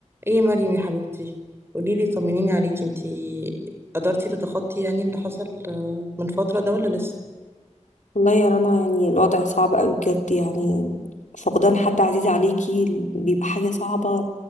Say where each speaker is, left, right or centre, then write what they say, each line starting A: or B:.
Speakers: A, on the right (about 20°); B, on the left (about 80°).
A: ايه يا مريم يا حبيبتي قوليلي طمنيني عليكي انتي قدرتي تتخطي يعني اللي حصل آه، من فترة ده ولا لسه
B: والله يا رنا يعني الوضع صعب قوي بجد يعني فقدان حد عزيز عليكي بيبقى حاجة صعبة